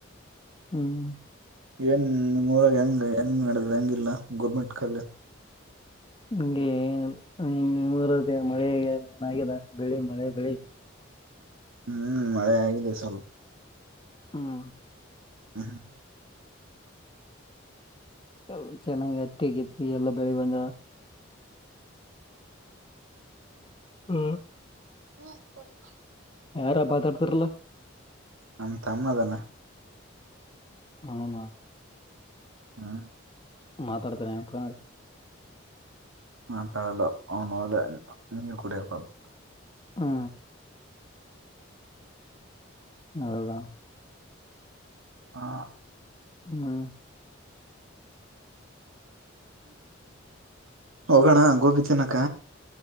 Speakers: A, on the left; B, on the right.
A: ಹ್ಮ್
B: ಏನ್ ನಿಮ್ಮ ಊರಾಗ ಹೆಂಗ ಹೆಂಗ್ ನಡದ ಹೆಂಗಿಲ್ಲ ಗೋರ್ಮೆಂಟ್ ಕಾಲೇ
A: ನಿಗೆ ಏನ ಮೂರ ಮಳೆ ಏನಾಗಿದೆ ಬೆಳಿ ಮಳೆ ಬೆಳಿ
B: ಹ್ಮ್ ಮಳೆ ಆಗಿದೆ ಸ್ವಲ್ಪ
A: ಹಾ
B: ಹ್ಮ್ ಹ
A: ಹ ಚೆನ್ನಾಗಿ್ ಅತ್ತಿಗತಿ ಎಲ್ಲಾ ಬೆಳಿ ಬಂದ ಹ್ಮ್
B: ಹ್ಮ ಕೊಡ್ಪ
A: ಯಾರ ಬತಾಡ್ತಾರಲ್ಲ
B: ನಮ ತಮ್ಮದಾನ
A: ನ ನ
B: ಹಾ
A: ಮಾತಾಡ್ತನೆ ನಲ್ಲ
B: ಹ ಪಳಲ್ಲ ಅವನು ಅದ ನೀರ್ ಕುಡಿಯಬೇಕು ಅದು
A: ಹಾ ಅದಾ
B: ಹಾ
A: ಹ್ಮ
B: ಹೋಗೋಣ ಗೋಬಿ ತಿನ್ನಕ್ಕ